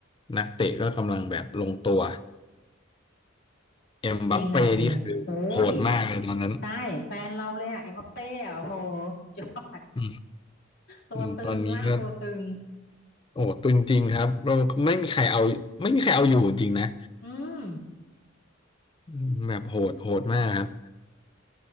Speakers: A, on the left; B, on the left.
A: นักเตะก็กำลังแบบลงตัว เอ็มบัปเป้นี่คือโหดมากเลยตอนนั้น
B: จริงค่ะจริงโอ้ยใช่แฟนเราเลยอ่ะเอ็มบัปเป้อะโอ้โหสุดยอด
A: อืม
B: ตัวตึงมากตัวตึง
A: อืมตอนนี้ก็ โอ้ตึงจริงครับเราไม่มีใครเอาไม่มีใครเอาอยู่จริงนะ
B: อืม
A: อืมแบบโหดโหดมากครับ